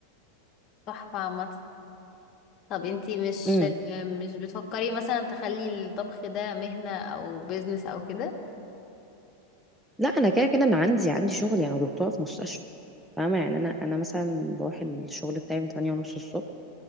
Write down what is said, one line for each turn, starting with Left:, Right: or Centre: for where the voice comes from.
Left: تحفة عامة طب انتي مش
Centre: امم.
Left: مش بتفكري مثلا تخلي الطبخ ده مهنة او بيزنس او كده
Centre: لا انا كده كده انا عندي عندي شغل يعني دكتوره في مستشفى فاهمه يعني انا انا مثلا بروح الشغل بتاعي من 8 ونص الصبح